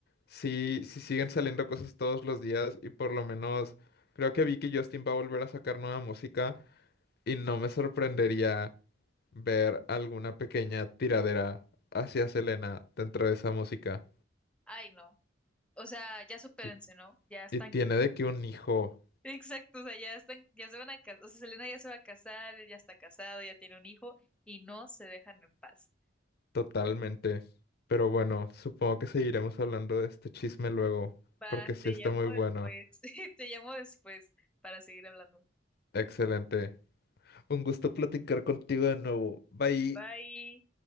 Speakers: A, on the left; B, in the centre.
A: sí, sí siguen saliendo cosas todos los días y por lo menos creo que vi que Justin va a volver a sacar nueva música y no me sorprendería ver alguna pequeña tiradera hacia Selena dentro de esa música.
B: Ay, no. O sea, ya supérense,
A: Y,
B: ¿no? Ya están
A: y tiene de que un hijo.
B: Exacto, o sea, ya están, ya se van a casar, o sea, Selena ya se va a casar, él ya está casado, ya tiene un hijo y no se dejan en paz.
A: Totalmente. Pero bueno, supongo que seguiremos hablando de este chisme luego,
B: Va,
A: porque sí
B: te
A: está
B: llamo
A: muy bueno.
B: después, <laughs> te llamo después para seguir hablando.
A: Excelente. Un gusto platicar contigo de nuevo. Bye.
B: Bye.